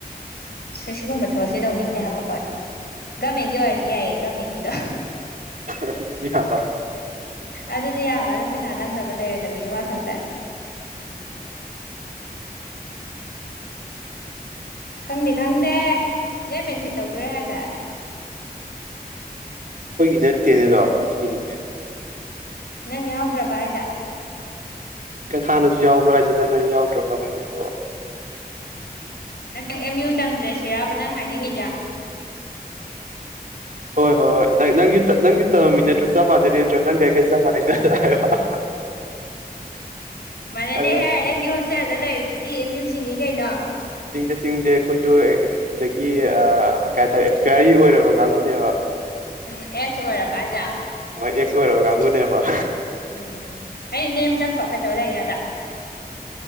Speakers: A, on the left; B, on the right.
A: ꯁꯦ ꯁꯤꯒꯨꯝꯕ ꯊꯕꯛꯁꯦ ꯇꯧꯅꯤꯡꯗꯦ ꯍꯥꯏꯕ ꯍꯣꯏ ꯒꯃꯦꯟꯒꯤ ꯑꯣꯏꯔꯗꯤ ꯌꯥꯏꯌꯦ ꯒꯃꯦꯟꯒꯤꯗꯣ
B: ꯑꯗꯨꯗꯤ ꯋꯥꯕ
A: ꯑꯗꯨꯗꯤ ꯌꯥꯕ ꯑꯗꯣ ꯄꯩꯁꯥ ꯅꯝꯅꯕ ꯂꯩꯔꯣꯏꯗꯕꯒꯤ ꯋꯥ ꯈꯛꯇ
B: ꯎꯝ
A: ꯈꯪꯗꯦ ꯈꯪꯗꯦ ꯅꯣꯏ ꯃꯦꯟꯐꯤꯠ ꯇꯧꯗꯣꯔꯦ ꯍꯥꯏꯗꯥꯏ
B: ꯑꯩꯈꯣꯏꯒꯤ ꯅꯠꯇꯦꯅꯦ ꯑꯗꯣ ꯃꯤꯒꯤꯅꯤꯅꯦ
A: ꯅꯪ ꯌꯥꯎꯗ꯭ꯔꯕ ꯍꯥꯏꯖꯦ
B: ꯀꯪ ꯍꯥꯟꯅꯖꯨ ꯌꯥꯎꯕ꯭ꯔꯥ ꯍꯥꯏꯁꯦ ꯅꯪ ꯑꯩ ꯌꯥꯎꯗ꯭ꯔꯕꯥ ꯍꯪꯉꯤꯁꯤꯕꯣ
A: ꯅꯪ ꯑꯦꯝ ꯌꯨ ꯇꯝꯗ꯭ꯔꯦ ꯁꯤꯔꯥꯕ ꯅꯪ ꯍꯥꯏꯅꯤꯡꯉꯤꯖꯦ
B: ꯍꯣ ꯍꯣꯏ ꯍꯣꯏ ꯅꯪꯖꯨ ꯅꯪꯖꯨ ꯇꯝꯃꯤꯅꯠ꯭ꯇꯔꫭ ꯆꯞ ꯃꯥꯟꯅꯔꯤ ꯅꯠꯇꯔꫭ ꯅꯪꯒ ꯑꯎꯒ ꯆꯞ ꯃꯥꯟꯅꯩ ꯅꯠꯇꯔꫭ ꯍꯥꯏꯕ
A: ꯃꯥꯅꯦꯗꯦ
B: ꯑꯗꯨ
A: ꯍꯦ ꯆꯔꯗ ꯂꯩꯗꯨꯗꯤ ꯑꯦꯝ ꯃꯌꯨ ꯆꯤꯡꯉꯤ ꯀꯩꯅꯣ
B: ꯆꯤꯡꯗꯦ ꯆꯤꯡꯗꯦ ꯑꯩꯈꯣꯏꯖꯨ ꯁꯤꯗꯒꯤ ꯀꯩꯍꯥꯏꯇꯥꯔꯦ ꯑꯦꯛꯁꯄꯌꯔꯤ ꯑꯣꯏꯔꯕ ꯀꯥꯡꯕꯨꯅꯦꯕ
A: ꯎꯝ ꯑꯦꯛꯁ ꯑꯣꯏꯔꯕꫭ ꯍꯥꯏꯖꯦ
B: ꯍꯣꯏ ꯑꯦꯛꯁ ꯑꯣꯏꯔꯕ ꯀꯥꯡꯕꯨꯨꯅꯦꯕ
A: ꯎꯝ ꯍꯩ ꯅꯌꯨꯝ ꯆꯠꯈ꯭ꯔꯣ ꯀꯩꯗꯧ ꯂꯩꯅꯣ ꯑꯗ